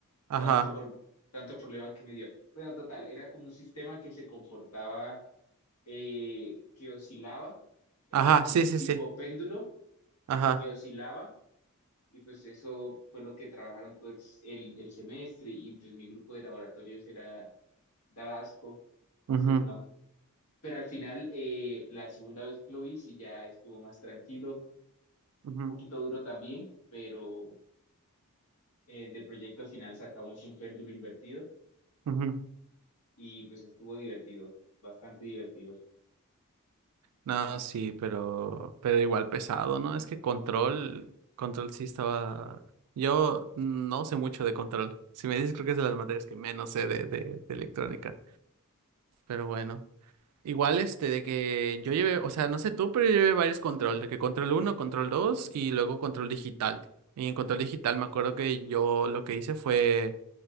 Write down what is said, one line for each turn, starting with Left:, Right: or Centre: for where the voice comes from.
Right: Ajá.
Left: tanto, pro- tanto problema que me dio. Bueno, total, era como un sistema que se comportaba, eh, que oscilaba, era
Right: Ajá,
Left: como
Right: sí,
Left: un
Right: sí,
Left: tipo
Right: sí.
Left: péndulo
Right: Ajá.
Left: que oscilaba y pues eso fue lo que trabajaron todo el, s- el- el semestre y pues mi grupo de laboratorios era daba asco, entonces
Right: Ujú,
Left: no. Pero al final, eh, la segunda vez que lo vi, sí ya estuvo más tranquilo,
Right: ujú,
Left: un poquito duro también, pero eh, de proyecto final sacamos un péndulo invertido.
Right: ujú.
Left: y pues estuvo divertido, bastante divertido.
Right: No, sí, pero, pero igual pesado, ¿no? Es que control, control sí estaba. Yo no sé mucho de control. Si me dices, creo que es de las materias que menos sé de, de, de electrónica. Pero bueno. Igual este de que yo llevé, o sea, no sé tú, pero yo llevé varios control, de que control uno control 2 y luego control digital. Y en control digital me acuerdo que yo lo que hice fue